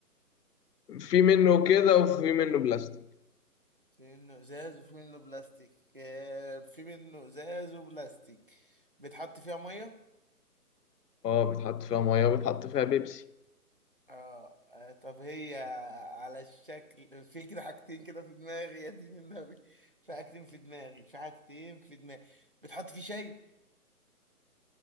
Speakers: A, on the left; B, on the right.
A: في منه كده وفي منه بلاستيك
B: في منه إزاز وفي منه بلاستيك آه، في منه إزاز وبلاستيك بتحط فيها مية
A: اه بيتحط فيها ميه وبيتحط فيها بيبسي
B: اه آه، طب هي على الشكل في كده حاجتين كده في دماغي يا دين النبي في حاجتين في دماغي في حاجتين في دماغي بتحط فيه شاي